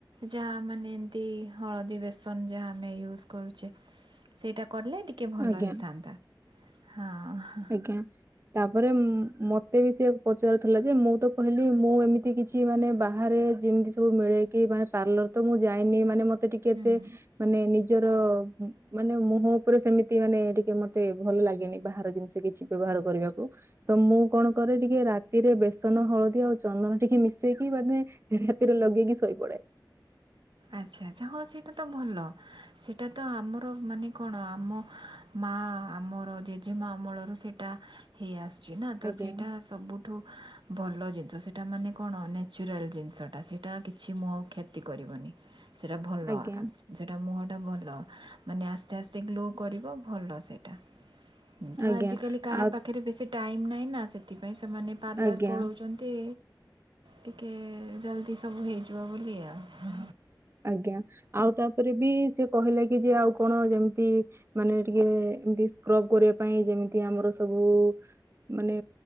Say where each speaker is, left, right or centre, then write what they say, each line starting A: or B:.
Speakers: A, on the right; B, on the right.
A: ଯାହା ମାନେ ଏମତି ହଳଦୀ ବେସନ ଯାହା ଆମେ ୟୁଜ କରୁଛେ, ସେଇଟା କଲେ ଟିକେ ଭଲ
B: ଆଜ୍ଞା
A: ହେଇଥାନ୍ତା। ହଁ,
B: ଆଜ୍ଞା, ତାପରେ ମ-ମତ ଏତେ ବି ସିଏ ପଚାରୁ ଥିଲା ଯେ, ମୁଁ ତ କହିଲି ମୁଁ ଏମିତି କିଛି ମାନେ ବାହାରେ ଯିମିତି ସବୁ ମିଳେେଇକି ମାନେ ପାର୍ଲର ତ ମୁଁ ଯାଏନି। ମାନେ ମତେ ଟିକେ
A: ହୁଁ
B: ଏତେ ମାନେ ନିଜ ନିଜର ଅ ମାନେ ମୁହଁ ଉପରେ ସେମିତି ମାନେ ଟିକେ ମତେ ଭଲ ଲାଗେନି। ବାହାର ଜିନି ସେ କିଛି ବ୍ୟବହାର କରିବାକୁ। ତ ମୁଁ କଣ କରେ ଟିକେ ରାତିରେ ବେସନ, ହଳଦୀ ଆଉ ଚନ୍ଦନ ଟିକେ ମି ମିଶେଇକି ମାନେ, ରାତିରେ ଲଗେଇକି ଶୋଇପଡେ।
A: ଆଚ୍ଛା ଆଛା, ହଁ ସେଇଟା ତ ଭଲ। ସେଟା ତ ଆମର ମାନେ କଣ ଆମ ମାଁ ଆମର ଜେଜେମା ଅମଳରୁ ସେଇଟା ହେଇଆସୁ ଛିନା। ତ
B: ଆଜ୍ଞା
A: ସେଇଟା ସବୁଠୁ ଭଲ ଜିନିଷ। ତା ମାନେ କଣ? ନାଚୁରାଲ ଜିନଷ ଟା। ସେଟା କିଛି ମୁହ କ୍ଷତି କରିବନି। ସେଟା ଭଲ।
B: ଆଜ୍ଞା
A: ସେଟା ମୁହଁ ଭଲ ମାନେ ଆସ୍ତେ ଆସ୍ତେ ଗ୍ଲୋ କରିବ। ଭଲ ସେଟା। କିନ୍ତୁ
B: ଆଜ୍ଞା
A: ଆଜ କାଲି କାହା
B: ଆଉ
A: ପାଖରେ ବେଶୀ ଟାଇମ ନାହିଁ ନା। ସେଥିପାଇଁ ସେମାନେ ପାର୍ଲର
B: ଆଜ୍ଞା
A: ପଳଉଚନ୍ତି। ଟିକେ ଜଲଦି ସବୁ ହେଇଯିବ ବୋଲି ଆଉ।
B: ଆଜ୍ଞା, ଆଉ ତାପରେ ବି ସେ କହିଲା କି ଯେ, ଆଉ କଣ ଯେମିତି ମାନେ ଟିକେ ଏମତି ସ୍କ୍ରବ କରିବା ପାଇଁ, ଯେମିତି ଆମର ସବୁ ମାନେ